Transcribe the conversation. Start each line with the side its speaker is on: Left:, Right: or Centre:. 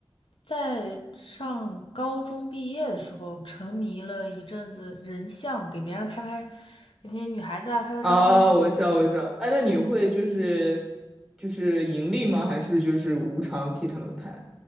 Left: 在上高中毕业的时候，沉迷了一阵子人像，给别人拍拍，给那些女孩子啊拍拍照片。
Centre: 啊，我知道，我知道。哎，那你会就是就是盈利吗？还是就是无偿替他们拍？